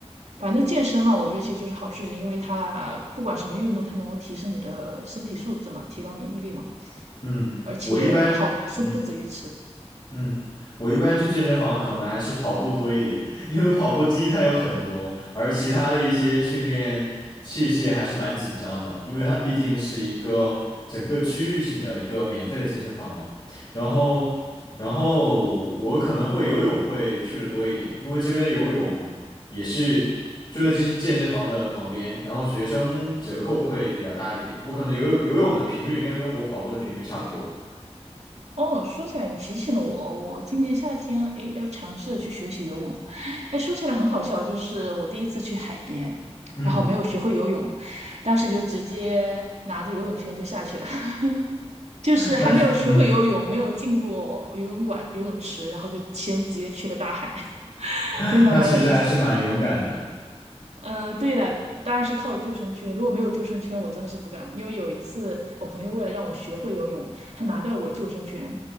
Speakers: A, on the right (about 80°); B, on the left (about 40°).
A: 反正健身嘛，我觉得其实就是好事情，因为它不管什么运动，它能够提升你的身体素质嘛，提高免疫力嘛，
B: 嗯，
A: 而且好处不止于此。
B: 我一般，嗯。嗯，我一般去健身房可能还是跑步多一点，因为跑步机它有很多，而其他的一些训练器械还是蛮紧张的，因为它毕竟是一个整个区域性的一个免费的健身房嘛。然后，然后我可能会游泳会去的多一点，因为这边的游泳也是就在健身健身房的旁边，然后学生折扣会比较大一点，我可能游游泳的频率应该跟我跑步的频率差不多。
A: 哦，说起来你提醒了我哦我今年夏天诶要尝试去学习游泳。诶，说起来很好笑，就是我第一次去海边，
B: 嗯，
A: 然后没有学会游泳，当时就直接拿着游泳圈就下去了，<laughs> 就是还没有学会游泳，
B: 那嗯。
A: 没有进过游泳馆、游泳池，然后就先直接去了大海，<laughs>
B: <laughs>
A: 其实还蛮有意思的。
B: 那其实还是蛮勇敢的。
A: 嗯，对的，当然是靠着救生圈。如果没有救生圈，我真的是不敢。因为有一次，我朋友为了让我学会游泳，他拿掉了我的救生圈，